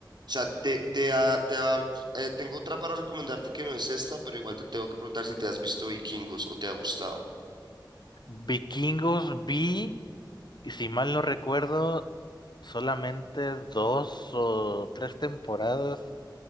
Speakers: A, on the right; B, on the left.
A: sea, te, te, ha- te ha- eh, tengo otra para recomendarte que no es esta, pero igual te tengo que preguntar si te has visto Vikingos o te ha gustado.
B: Vikingos vi. Y si mal no recuerdo, solamente dos o tres temporadas.